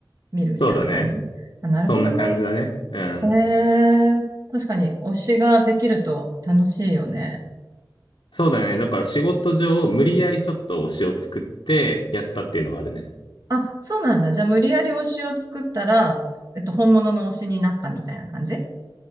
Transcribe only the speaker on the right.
見るみたいな感じ。
あ、なるほどね。
へえ、確かに推しができると楽しいよね。
あ、そうなんだ。じゃあ無理やり推しを作ったら、えっと、本物の推しになったみたいな感じ